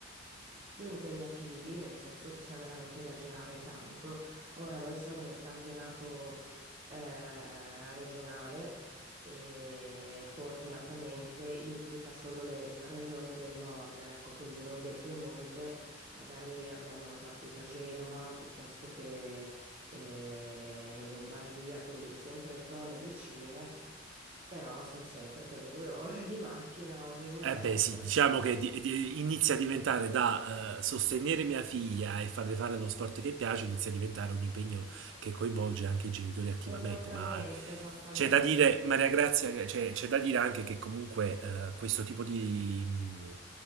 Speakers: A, on the right (about 40°); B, on the right (about 75°).
A: più impegnativi, nel senso che c'è veramente da girare tanto. Ora noi siamo nel campionato eh, regionale. E fortunatamente implica solo le regioni del nord, ecco, quindi noi del Piemonte magari abbiamo la partita a Genova piuttosto che eh, in Lombardia, quindi sempre zone vicine però sono sempre quelle due ore di macchina ogni weekend.
B: Eh beh, sì, diciamo che di- di- inizia a diventare da eh, sostenere mia figlia e farle fare lo sport che piace, inizia a diventare un impegno che coinvolge anche i genitori attivamente,
A: Esattamente,
B: ma
A: esattamente.
B: c'è da dire, Maria Grazia, che c'è, c'è da dire anche che comunque eh, questo tipo di, mh,